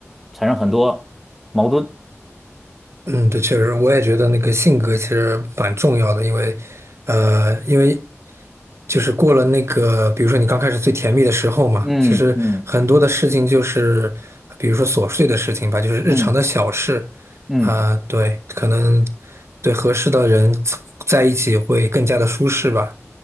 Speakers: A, in the centre; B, on the right (about 60°).
A: 产生很多矛盾。
B: 嗯，对，确实，我也觉得那个性格其实蛮重要的，因为，呃，因为就是过了那个，比如说你刚开始最甜蜜的时候嘛，
A: 嗯嗯
B: 其实很多的事情就是，比如说琐碎的事情吧，就是日常的小事，
A: 嗯嗯。
B: 啊、对，可能对合适的人在一起会更加的舒适吧。